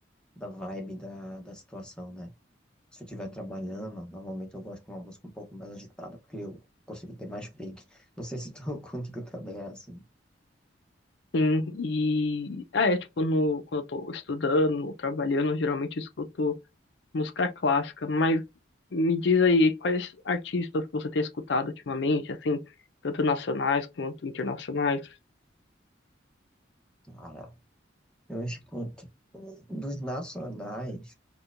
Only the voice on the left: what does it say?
Sim, e ah, é tipo, no, quando eu tô estudando ou trabalhando, geralmente eu escuto música clássica, mas me diz aí quais artistas que você tem escutado ultimamente, assim, tanto nacionais quanto internacionais.